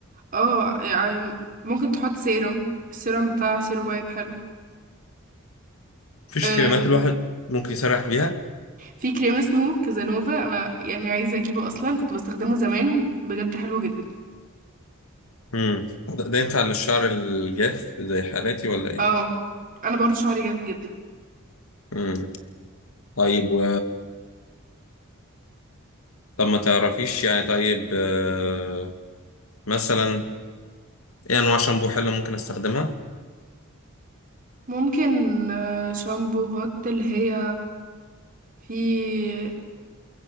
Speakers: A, on the right (about 40°); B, on the left (about 80°).
A: اه يعني ممكن تحط سيرم السيرم بتاع سيرو بايب حلو
B: مفيش
A: آه،
B: كريمات الواحد ممكن يسرح بيها؟
A: في كريم اسمه كازانوفا انا يعني عايزه اجيبه اصلا كنت بستخدمه زمان بجد حلو جدا
B: مم. ده ده ينفع للشعر الجاف زي حالاتي ولا إيه؟
A: اه انا برضو شعري جاف جدا
B: مم. طيب و... طب ما تعرفيش يعني طيب آه، مثلا إيه أنواع شامبو حلوة ممكن أستخدمها؟
A: ممكن آه، شامبوهات اللي هي في